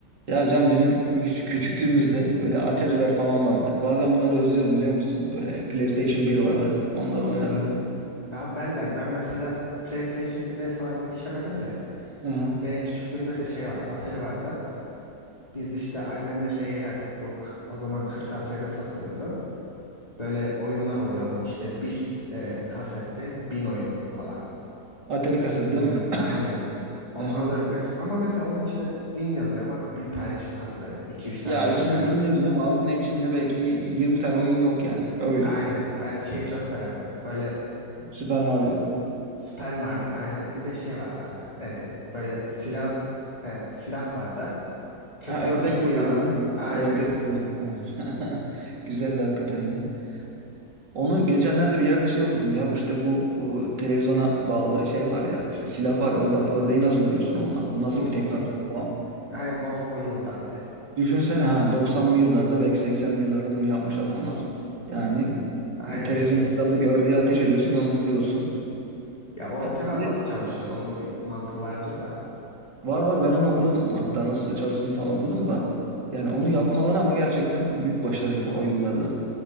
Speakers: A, on the right (about 90°); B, on the left (about 20°).
A: Ya Can bizim küç- küçüklüğümüzde böyle Atari'ler falan vardı. Bazen bunları özlüyorum biliyor musun? Böyle PlayStation bir vardı. Onları
B: Hmm.
A: oynardık.
B: Ya ben de ben mesela PlayStation 1'e falan yetişemedim de
A: Hı hı.
B: benim küçüklüğümde de şey vardı Atari vardı. Biz işte annemle şeye giderdik bu k- o zaman kırtasiyede satılıyordu. Böyle oyunlar oluyor onların işte bir e, kasette bin oyun falan.
A: Atari kaset değil mi?
B: Aynen.
A: <coughs>
B: Onu
A: Hı hı.
B: alırdık. Ama mesela onun içinde bin yazıyor ama bin tane çıkmazdı böyle. iki üç tane
A: Ya
B: oyun
A: içinde
B: çıkardı.
A: bin yazıyor ama aslında içinde belki 20 tane oyun yok yani. Öyle.
B: <laughs> Aynen. Ben şeyi çok severdim. Böyle
A: Super Mario.
B: Super Mario aynen. Bir de şey vardı abi. Ee, böyle silah e, silah vardı. Köpek
A: Ha ördek
B: çıkıyor.
A: vuruyordun değil mi?
B: Aynen.
A: Ha, ördek
B: <laughs>
A: vuruyordun tamam. <laughs> Güzeldi hakikaten ya. Onu geçenlerde bir yerde şey okudum ya. İşte bu, bu televizyona bağlı şey var ya. işte silah var ya oradan ördeği nasıl vuruyorsun onunla? Bu nasıl
B: Hmm.
A: bir teknoloji falan.
B: Aynen o, o yılda bir de.
A: Düşünsene ha doksanlı yıllarda belki seksenli yıllarda bunu yapmış adamlar. Yani
B: Aynen.
A: e, televizyon
B: <laughs>
A: ekranındaki ördeğe ateş ediyorsun ve onu vuruyorsun.
B: Ya o
A: Ya
B: acaba
A: bir
B: nasıl
A: de
B: çalışıyordu? Onun bir mantığı vardır da.
A: var var ben onu okudum hatta nasıl çalıştığını falan okudum da yani onu yapmaları ama gerçekten büyük başarı ya o yıllarda.